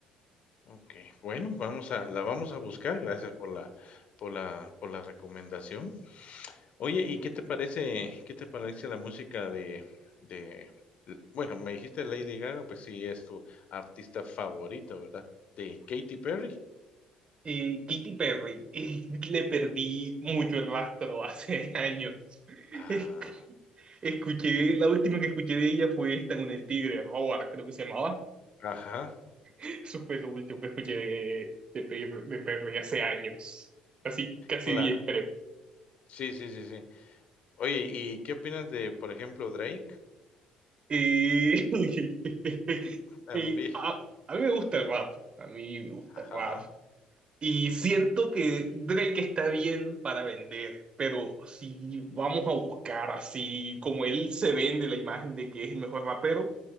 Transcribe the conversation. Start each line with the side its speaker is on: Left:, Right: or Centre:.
Left: Ok, bueno, vamos a la vamos a buscar, gracias por la por la por la recomendación. Oye, ¿y qué te parece qué te parece la música de de l bueno, me dijiste Lady Gaga, pues sí es tu artista favorito, ¿verdad? ¿De Katy Perry?
Right: Y Katy Perry. Y le perdí mucho el rastro hace <laughs> años.
Left: Ah,
Right: Es- Escuché, la última que escuché de ella fue esta con el tigre, Robert, creo que se llamaba.
Left: ajá,
Right: Eso fue lo último que escuché de, de, Perry- de Perry hace años. Así, casi
Left: cla
Right: 10 creo.
Left: sí, sí, sí, sí. Oye, ¿y qué opinas de, por ejemplo, Drake?
Right: Y, <laughs>
Left: También,
Right: y a, a mí me gusta el rap. A mí me gusta
Left: ajá,
Right: el rap. Y siento que Drake está bien para vender, pero si vamos a buscar así como él se vende la imagen de que es el mejor rapero,